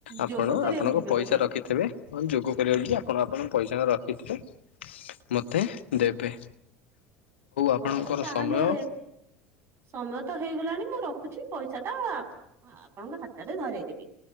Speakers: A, on the left (about 80°); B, on the right (about 45°).
A: ଆପଣ
B: ଯୋଗ କରିବାକୁ
A: ଆପଣଙ୍କ
B: ଯିବେ
A: ପଇସା
B: ବୋଧେ।
A: ରଖିଥିବେ, ଅଁ ଯୋଗ କରିବାକୁ ଯିବି। ଆପଣ ଆପଣଙ୍କ ପଇସା ର ଏଥିରେ ମୋତେ ଦେବେ। ଆପଣଙ୍କର
B: ହଉ, ତାହେଲେ
A: ସମୟ
B: ସମୟ ତ ହେଇଗଲାଣି। ମୁଁ ରଖୁଛି ପଇସା ତ! ଆପ୍ ଆପଣଙ୍କ ହାତରେ ଧରେଇଦେବି ।